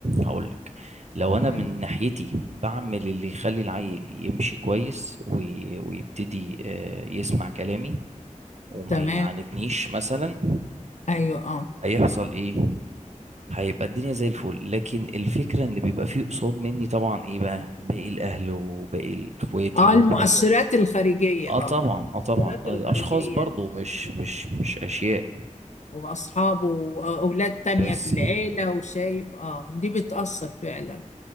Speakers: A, on the right; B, on the left.
A: هقولك لو انا
B: تم-
A: من ناحيتي بعمل اللي يخلي العيل يمشي كويس وي- ويبتدي آه، يسمع كلامي وما
B: تمام
A: يعاندنيش مثلا
B: ايوه اه
A: هيحصل ايه هيبقى الدنيا زي الفل لكن الفكره ان بيبقى فيه قصاد مني طبعا ايه بقى باقي الاهل وباقي اخواتي
B: اه
A: وابويا
B: المؤثرات الخارجية
A: اه
B: اه
A: طبعا اه طبعا
B: المؤثرات
A: اشخاص
B: الخارجية
A: برضو مش مش مش اشياء
B: واصحابه واولاد تانية
A: بس
B: في العيلة وشايف اه دي بتأثر فعلا